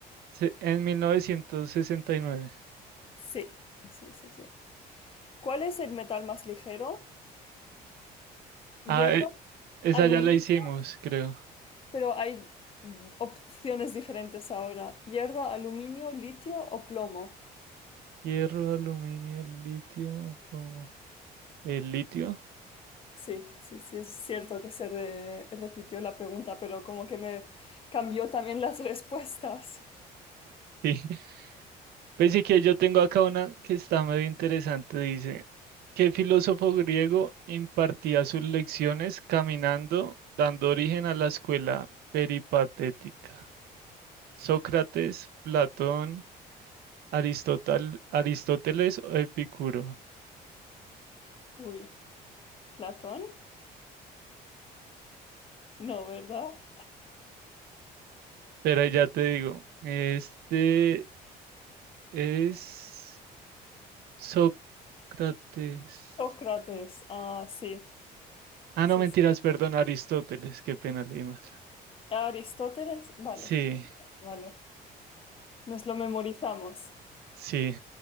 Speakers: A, on the right (about 70°); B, on the left (about 35°).
A: Se- En 1969.
B: Sí, sí, sí, sí. ¿Cuál es el metal más ligero? Hierro,
A: Ah, e- esa
B: aluminio,
A: ya la hicimos, creo.
B: pero hay mm, opciones diferentes ahora. Hierro, aluminio, litio o plomo.
A: Hierro, aluminio, litio, plomo. ¿El litio?
B: Sí, sí, sí, es cierto que se re- repitió la pregunta, pero como que me cambió también las <laughs> respuestas.
A: Sí. <laughs> Pues Pensé que yo tengo acá una que está medio interesante. Dice, ¿qué filósofo griego impartía sus lecciones caminando, dando origen a la escuela peripatética? ¿Sócrates, Platón, Aristotel, Aristóteles o Epicuro?
B: Uy, Platón, no, ¿verdad?
A: Pero ahí ya te digo, este Es Sócrates.
B: Sócrates, ah, sí,
A: Ah,
B: sí,
A: no, mentiras,
B: sí.
A: perdón, Aristóteles, qué pena leí mal.
B: Aristóteles, vale,
A: Sí,
B: vale. Nos lo memorizamos.
A: sí.